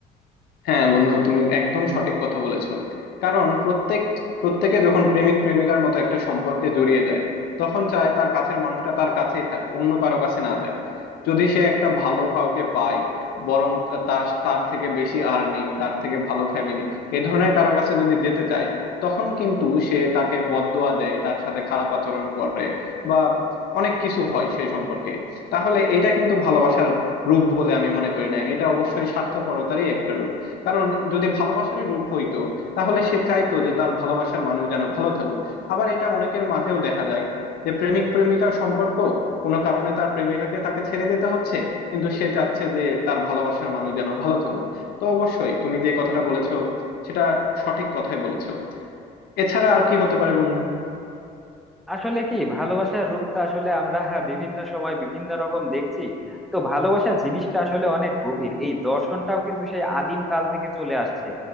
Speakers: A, on the left; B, in the centre.
A: হ্যাঁ বন্ধু তুমি একদম সঠিক কথা বলেছো কারণ প্রত্যেক প্রত্যেকে যখন প্রেমিক প্রেমিকার মতো একটা সম্পর্কে জড়িয়ে যায় তখন চায় তার কাছের মানুষটা তার কাছেই থাক অন্য কারো কাছে না যাক যদি সে একটা ভালো কাউকে পায় বরং তার তার থেকে বেশি আর্নিং তার থেকে ভালো ফ্যামিলি এ ধরনের কারো কাছে যদি যেতে চায় তখন কিন্তু সে তাকে বদদোয়া দেয় তার সাথে খারাপ আচরণ করে বা অনেক কিছু হয় সেই সম্পর্কে তাহলে এটা কিন্তু ভালোবাসার রূপ বলে আমি মনে করি না এটা অবশ্যই স্বার্থপরতারই একটা রূপ কারণ যদি ভালোবাসার রূপ হইতো তাহলে সে চাইতো যে তার ভালোবাসার মানুষ যেন ভালো থাকুক আবার এটা অনেকের মাঝেও দেখা যায় যে প্রেমিক প্রেমিকার সম্পর্ক কোনো কারণে তার প্রেমিকাকে তাকে ছেড়ে দিতে হচ্ছে কিন্তু সে চাচ্ছে যে তার ভালোবাসার মানুষ যেন ভালো থাকুক তো অবশ্যই তুমি যে কথাটা বলেছো সেটা সঠিক কথাই বলেছো এছাড়া আর কি হতে পারে বন্ধু
B: আসলে কি ভালোবাসার রূপটা আসলে আমরা হ্যাঁ বিভিন্ন সময় বিভিন্ন রকম দেখছি তো ভালোবাসার জিনিসটা আসলে অনেক গভীর এই দর্শনটাও কিন্তু সেই আদিম কাল থেকে চলে আসছে